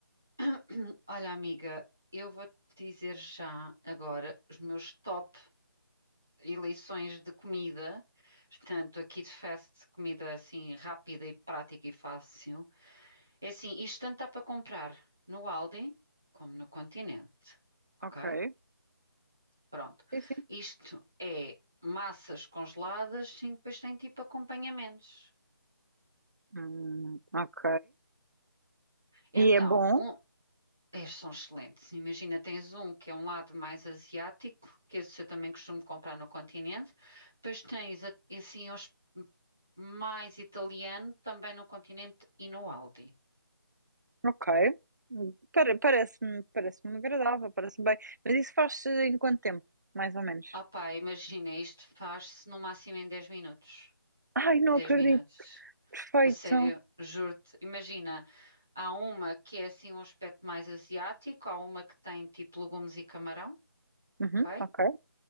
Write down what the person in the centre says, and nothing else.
<coughs> <clears throat> Olha, amiga, eu vou te dizer já agora os meus top eleições de comida. Portanto, aqui de fast, comida assim rápida e prática e fácil. É assim, isto tanto dá para comprar no Aldi como no Continente. Ok?
Pronto.
Isto é massas congeladas, sim, depois tem tipo acompanhamentos.
Então,
um. É, são excelentes. Imagina, tens um que é um lado mais asiático, que esse eu também costumo comprar no continente. Depois tens a- assim os mais italiano também no continente e no Aldi.
Opá, imagina, isto faz-se no máximo em 10 minutos.
10
minutos.
A sério, juro-te. Imagina, há uma que é assim um aspecto mais asiático, há uma que tem tipo legumes e camarão,
ok?